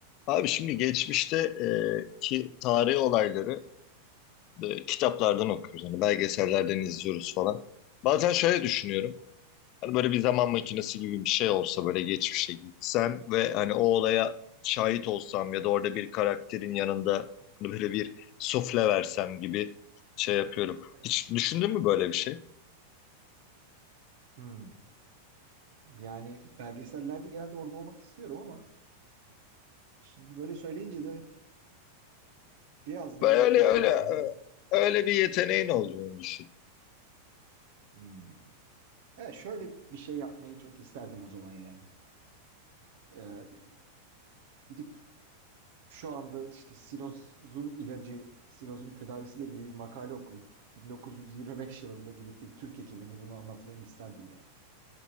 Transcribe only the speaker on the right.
Evet.
Hmm. Yani belgesellerde genelde orada olmak istiyorum ama şimdi böyle söyleyince de biraz böyle
etraflı
düşündüm.
Hmm. Evet, şöyle bir şey yapmayı çok isterdim o zaman yani. Ee, gidip şu anda işte sirozun ilacı, sirozun tedavisiyle ilgili bir makale okuyup 1925 yılında gidip bir Türk hekimine bunu anlatmayı isterdim yani.